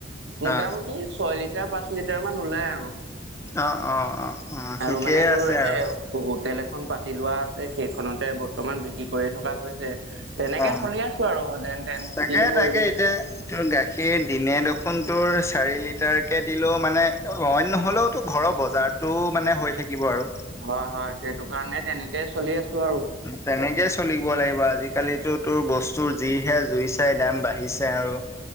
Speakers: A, on the right; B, on the left.
A: মোটামুটি
B: অ
A: ছয় লিটাৰ, পাঁচ লিটাৰ মান ওলাই আৰু।
B: অ অ অ অ ঠিকেই
A: আৰু মানে তোৰ
B: আছে আৰু।
A: এ হোটেল এখন পাতি লোৱা আছে সেইখনতে বৰ্তমান বিক্ৰী কৰি থকা হৈছে তেনেকে
B: অ
A: চলি আছো আৰু যেন তেন
B: তাকে
A: কিনো কৰিবি
B: তাকে এতিয়া তোৰ গাখীৰ দিনে দেখোন তোৰ চাৰি লিটাৰকে দিলেও মানে অইন নহ'লেও ঘৰৰ বজাৰটো মানে হৈ থাকিব আৰু
A: হয় হয় সেইটো কাৰণে তেনেকেই চলি আছো আৰু
B: তেনেকেই চলিব লাগিব আজিকালিতো তোৰ বস্তুৰ যিহে জুই চাই দাম বাঢ়িছে আৰু